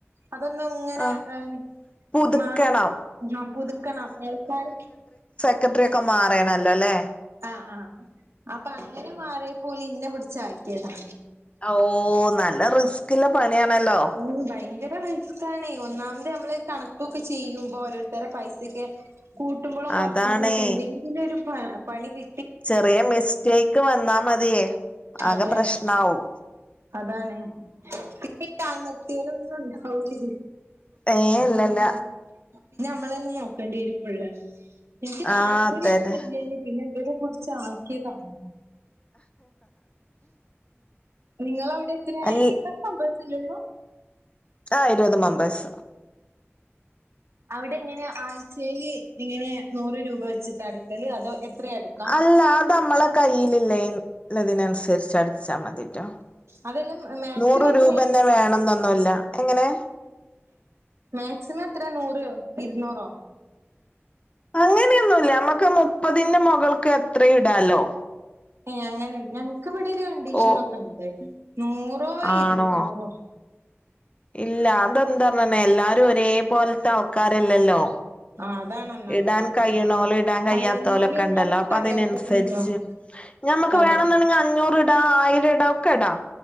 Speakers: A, on the right; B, on the left.
A: അതൊന്നും ഇങ്ങനെ
B: ആഹ്
A: ഏ
B: പുതുക്കണം
A: മാ ആ പുതുക്കണം ആൾക്കാര്
B: സെക്രട്ടറിയൊക്കെ മാറീണല്ലോല്ലേ
A: ആഹ് ആഹ് അപ്പങ്ങനെ മാറിയപ്പോല് ഇന്നെ പിടിച്ചാക്കിയതാ
B: ഓഹ് നല്ല റിസ്കില്ല പണിയാണല്ലോ
A: ഉം ഭയങ്കര <inaudible> ക്കാണെ ഒന്നാമത് നമ്മള് കണക്കൊക്കെ ചെയ്യുമ്പോ ഓരോര് ഇത്ര പൈസെക്കെ കൂട്ടുമ്പളും കുറക്കുമ്പോളൊക്കെ
B: അതാണേ
A: എന്തെങ്കിലും ഒരു പ പണി കി
B: ചെറ്യേ മിസ്റ്റേക്ക് വന്നാ മതിയേ ആകെ
A: അതെ
B: പ്രശ്നാവും
A: <inaudible> അതാണ് <unintelligible> നിർത്തിയാലും ഒന്നും ഉണ്ടാവൂലെ
B: ഏഹ് ഇല്ലല്ല
A: പിന്നമ്മളന്നെ നോക്കണ്ടേരും പ്പള്ള എനിക്ക് താല്പരുന്നുല്ലേനി
B: ആഹ് അതന്നെ
A: പിന്നെ വര് പുട്ച്ചാക്കിയതാ നിങ്ങളവിടെ എത്രയാ
B: അല്ല
A: <unintelligible>
B: ആഹ് ഇരുപത് മെമ്പേഴ്സ്
A: അവിടെ എങ്ങനെ ആഴ്ചേല് ഇങ്ങനെ നൂറ് രൂപ വെച്ചിട്ട അടക്കല് അതോ എത്രിം അട്ക്ക്
B: അല്ല അതമ്മളെ കയ്യിലില്ലേയ്ൻ ഇള്ളതിനനുസരിച്ച് അട് അട്ചാമതിട്ടോ
A: അതെല്ലാം മാക്സിമം
B: നൂറ്
A: എത്രയാ
B: രൂപന്നെ വേണംന്നൊന്നുല്ല എങ്ങനെ
A: മാക്സിമം എത്രേ നൂറോ ഇരുന്നൂറോ
B: അങ്ങനെയൊന്നുല്ല നമ്മക്ക് മുപ്പതിന്റെ മൊകൾക്ക് എത്രയു ഇടാലോ
A: ഏ അങ്ങനെണ്ട് ഞങ്ങക്ക് ഇവിടൊരു കണ്ടീഷൻൊക്കെണ്ട്
B: ഓ
A: നൂറോ ഇരുന്നൂറോ
B: ആണോ ഇല്ല അതെന്താന്നർഞ്ഞ എല്ലാരും ഒരേ പോലത്താൾക്കാരല്ലല്ലോ
A: ആ അതാണ് ഒന്നാമത്
B: ഇടാൻ കയ്യ്ണോല് ഇടാൻ കയ്യാത്തോലൊക്കണ്ടല്ലോ
A: കഴിയുന്നോലും ഉണ്ടാവും
B: അപ്പൊ
A: കറിയാത്തോലും
B: അതിനനുസരിച്ച്
A: ഉണ്ടാവും
B: ഞമ്മക്ക്
A: അതെ
B: വേണംന്നുണ്ടെങ്കിൽ അഞ്ഞൂറ് ഇടാ ആയിരം ഇടാ ഒക്കെ ഇടാ